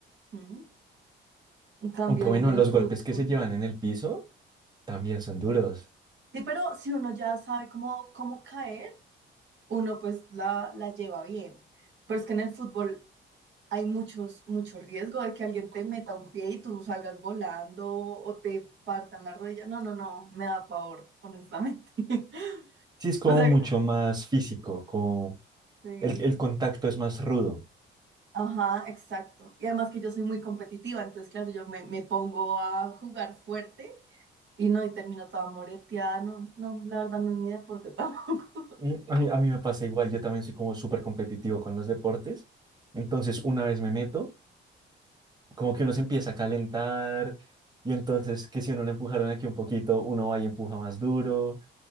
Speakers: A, on the right; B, on the right.
A: ¿Mm? En cambio,
B: Aunque
A: en
B: bueno,
A: el
B: los
A: fútbol.
B: golpes que se llevan en el piso también son duros.
A: Sí, pero si uno ya sabe cómo, cómo caer, uno pues la, la lleva bien. Pero es que en el fútbol hay muchos, mucho riesgo de que alguien te meta un pie y tú salgas volando o te partan la rodilla. No, no, no, me da pavor, honestamente. <laughs>
B: Sí, es como
A: O sea,
B: mucho más físico, como
A: sí.
B: el, el contacto es más rudo.
A: Ajá, exacto. Y además que yo soy muy competitiva, entonces, claro, yo me, me pongo a jugar fuerte y no, y termino toda moreteada. No, no, la verdad no es mi deporte tampoco. <laughs>
B: Mm, A mí, a mí me pasa igual, yo también soy como súper competitivo con los deportes. Entonces, una vez me meto, como que uno se empieza a calentar y entonces que si uno lo empujaron aquí un poquito, uno va y empuja más duro